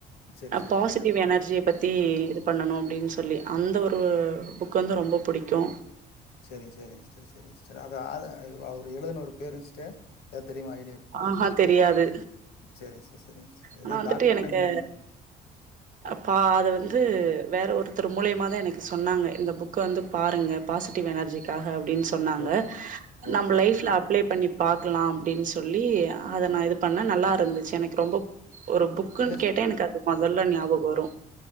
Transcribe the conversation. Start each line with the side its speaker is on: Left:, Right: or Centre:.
Left: சேரி சேரிங்க
Right: பாசிட்டிவ் எனர்ஜிய பத்தி இது பண்ணணு அப்டின் சொல்லி அந்த ஒரு புக் வந்து ரொம்ப புடிக்கு
Left: சேரிங்க சேரிங்க சிஸ்டர் சேரிங்க சிஸ்டர் அது அது இது அவுரு எழுதுனவரு பேருங் சிஸ்டர் எதா தெரியுமா ஐடியா இரு
Right: ஆஹ தெரியாது
Left: சேரிங்க சிஸ்டர் சேரிங்க சிஸ்டர்
Right: ஆனா
Left: ஏதோ
Right: வந்துட்டு
Left: டாக்டர்
Right: எனக்கு
Left: நேம்மு
Right: அப்பா அது வந்து வேற ஒருத்தர் மூலியமாத எனக்கு சொன்னாங்க இந்த புக் கு வந்து பாருங்க பாசிட்டிவ் எனர்ஜிக்காக அப்டின் சொன்னாங்க
Left: ஓகே ஓகே
Right: நம்ம
Left: சிஸ்டர்
Right: லைஃப்ல
Left: ஓகே
Right: அப்ளை பண்ணி பாக்கலா அப்டின் சொல்லி அத நா இது பண்ணே நல்லா இருந்துச்சு எனக்கு ரொம்ப ஒரு புக்குன்
Left: இல்ல சிஸ்டர்
Right: கேட்டா எனக்கு அது மொதல்ல ஞாபகோ வரு